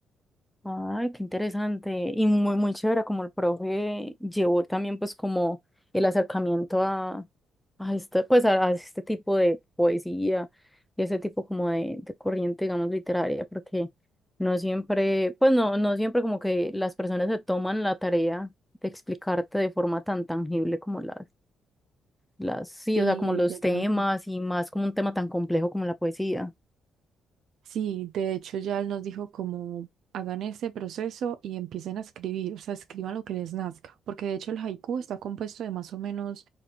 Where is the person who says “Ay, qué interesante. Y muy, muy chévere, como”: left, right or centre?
Centre